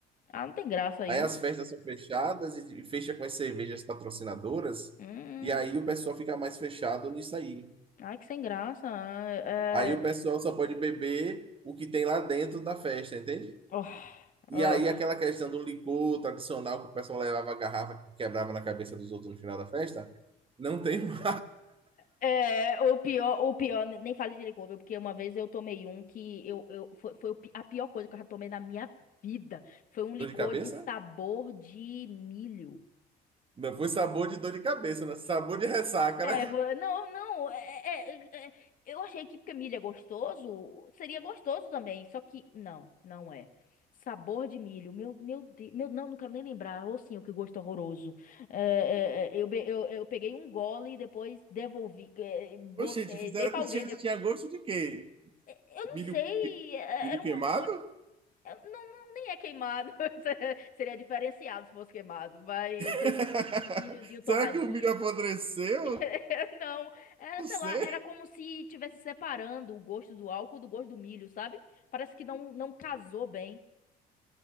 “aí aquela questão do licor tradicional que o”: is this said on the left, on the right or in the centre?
Right